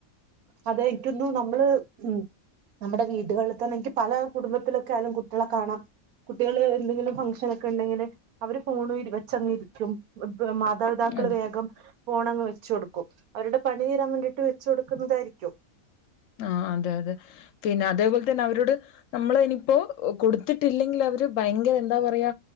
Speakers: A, on the right; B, on the left.
A: അതെ എനിക്കോന്നുന്നു നമ്മള് ഉം നമ്മുടെ വീടുകളിൽ തന്നെൻക്ക് പല കുടുംബത്തിലൊക്കെയാലും കുട്ടികളെ കാണാം കുട്ടികള് എന്തെങ്കിലും ഫംഗഷനൊക്കെ ഉണ്ടെങ്കില് അവര് ഫോൺ വെച്ചങ്ങിരിക്കും മാതാപിതാക്കള്
B: അതെ
A: വേഗം ഫോണങ്ങ് വെച്ചു കൊടുക് കും അവരുടെ പണി തീരാൻ വേണ്ടിട്ട് വെച്ച് കൊടുക്കുന്നതായിരിക്കും
B: ആ അതെ അതെ പിന്നെ അതേപോലെ തന്നെ അവരോ നമ്മളിനി പ്പൊ ഓ ഒ കൊടു ത്തിട്ടില്ലെങ്കിൽ അവര് ഭയങ്കര എന്താ പറയാ